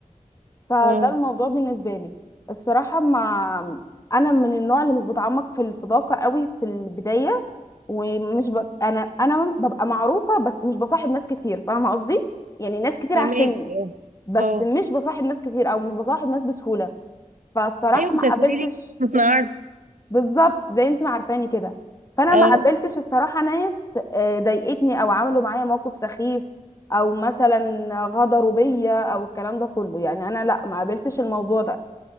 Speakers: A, on the left; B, on the right.
A: فده
B: اه
A: الموضوع بالنسبه لي الصراحه ما انا من النوع اللي مش بتعمق في الصداقه قوي في البدايه ومش ب... انا انا ببقى معروفه بس مش بصاحب ناس كتير فاهمه قصدي يعني ناس كتير
B: فهماك
A: عارفيني
B: اه
A: بس
B: أه.
A: مش بصاحب ناس كتير او مش بصاحب ناس بسهوله فالصراحه
B: ايوه انت
A: ما
B: هتقولي
A: قابلتش
B: لي <laughs> مش عارفه
A: بالظبط زي انت ما عارفاني كده فانا
B: اه
A: ما قابلتش الصراحه ناس آه، ضايقتني او عملوا معايا موقف سخيف او مثلا غدروا بيا او الكلام ده كله يعني انا لا ما قابلتش الموضوع ده